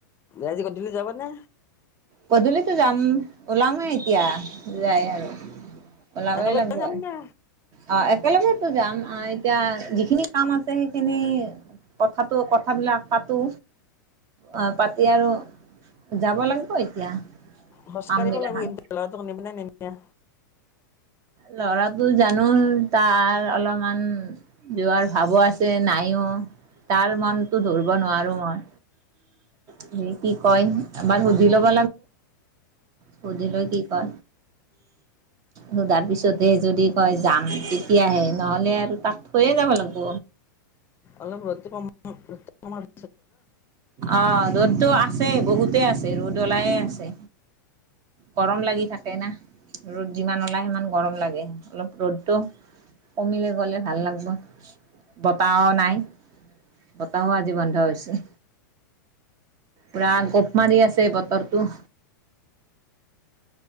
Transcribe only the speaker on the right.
পধূলিতো যাম ওলাম নে এতিয়া যাই আৰু ওলাবই
লাগিব
অ একেলগে যাম অ, এতিয়া যিখিনি কাম আছে সেইখিনি কথাতটো কথাবিলাক পাতো। অ, পাতি আৰু যাব লাগিব এতিয়া
কাম বিলাখান
ল'ৰাটো জানো তাৰ অলপমান যোৱাৰ ভাৱো আছে। নাইও তাৰ মনতো ধৰিব নোৱাৰো মই সি কি কয় এবাৰ সুধি ল'ব সুধিলৈ কি ক সধাৰ পিছত পিছতে যদি কয় যাম তেতিয়াহে নহ'লে আৰু তাক থৈয়ে যাব লাগিব।
অ ৰ'দতটো আছেই বহুতে আছে ৰ'দ ওলাইয়ে আছে। গৰম লাগি থাকে না ৰ'দ যিমান ওলায় সিমান গৰম লাগে অলপ ৰ'দটো কমিলে গলে ভাল লাগিব বতাহও নাই। বতাহ আজি বন্ধ হৈছে। পুৰা গোপ মাৰি আছে বতৰটো